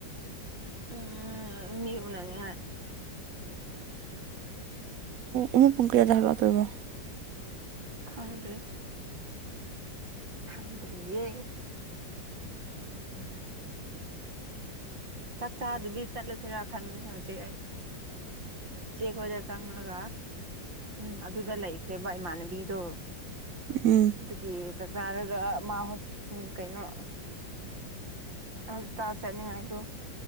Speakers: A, on the right (about 85°); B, on the right (about 55°).
A: ꯎꯝ ꯃꯤ ꯎꯅꯅꯤ
B: ꯑꯌꯨꯛ ꯄꯨꯡ ꯀꯌꯥꯗ ꯍꯜꯂꯛꯇꯣꯏꯕ꯫
A: ꯈꯪꯗ꯭ꯔꯤ꯫ ꯈꯪꯗ꯭ꯔꯤꯌꯦ ꯆꯥꯛꯆꯥꯥꯗꯨꯕꯤ ꯆꯠꯂꯁꯤꯔꯥ ꯈꯟꯕꯅꯤ ꯍꯧꯖꯤꯛ ꯑꯩ ꯆꯦ ꯈꯣꯢꯗ ꯆꯡꯂꯒ ꯎꯝ ꯑꯗꯨꯗ ꯂꯩꯈ꯭ꯔꯦꯕ ꯏꯃꯥꯟꯅꯕꯤꯗꯣ
B: ꯎꯝ
A: ꯑꯗꯨꯒꯤ ꯆꯥꯛ ꯆꯥꯔꯒ ꯃꯥ ꯀꯩꯅꯣ꯫ <unintelligible> ꯆꯠꯅꯤꯡꯉꯥꯏꯗꯨ